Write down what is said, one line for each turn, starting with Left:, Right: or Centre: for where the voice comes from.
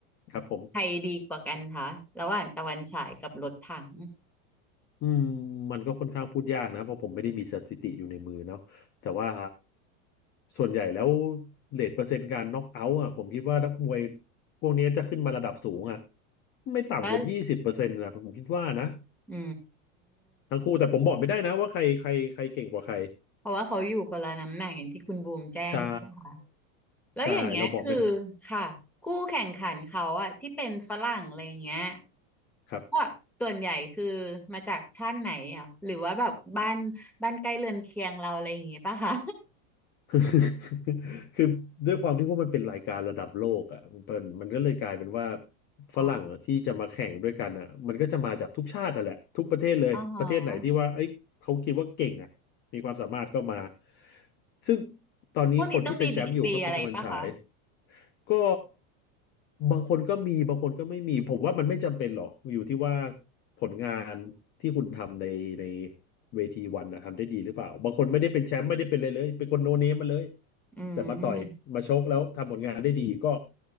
Left: ครับผม
Centre: ใครดีกว่ากันคะระหว่างตะวันฉายกับรถถัง
Left: อืมมันก็ค่อนข้างพูดยากนะเพราะผมไม่ได้มีสถิติอยู่ในมือเนาะแต่ว่าส่วนใหญ่แล้วเรทเปอร์เซ็นต์การน็อกเอาท์อ่ะผมคิดว่านักมวยพวกนี้จะขึ้นมาระดับสูงอ่ะไม่ต่ำกว่ายี่สิบเปอร์เซ็นต์นะผมคิดว่านะ
Centre: ก็อื
Left: ทั้งคู่แต่ผมบอกไม่ได้นะว่าใครใครใครเก่งกว่าใคร
Centre: มเพราะว่าเขาอยู่คนละน้ำหนักอย่างที่คุณบูมแจ้งใช่ปะ
Left: ใช่
Centre: แล้วอย่างเงี้ยคือ
Left: ใช่เราบอกไม่ได้
Centre: ค่ะคู่แข่งขันเขาอะที่เป็นฝรั่งอะไรอย่างเงี้ย
Left: ครับ
Centre: ก็ส่วนใหญ่คือมาจากชาติไหนอ่ะหรือว่าแบบบ้านบ้านใกล้เรือนเคียงเราอะไรอย่างงี้ป่ะคะ
Left: <laughs> คือคือด้วยความที่ว่ามันเป็นรายการระดับโลกอ่ะมันเป็นมันก็เลยกลายเป็นว่า
Centre: อ๋อ
Left: ฝรั่งอะที่จะมาแข่งด้วยกันอ่ะมันก็จะมาจากทุกชาติอ่ะแหละทุกประเทศเลยประเทศไหนที่ว่าเอ้ยเขาคิดว่าเก่งอ่ะ
Centre: อ๋อฮะ
Left: มีความสามารถก็มา ซึ่งตอนนี้คนที่เป็นแชมป์อยู่ก็เป็นตะวันฉาย
Centre: พวกนี้ต้องมีดีกรีอะไรป่ะคะ
Left: ก็บางคนก็มีบางคนก็ไม่มี ผมว่ามันไม่จำเป็นหรอกอยู่ที่ว่าผลงานที่คุณทำในในเวทีวันนะทำได้ดีหรือเปล่าบางคนไม่ได้เป็นแชมป์ไม่ได้เป็นอะไรเลยเป็นคนโนเนมมาเลย
Centre: อืม
Left: แต่มาต่อยมาชกแล้วทำผลงานได้ดีก็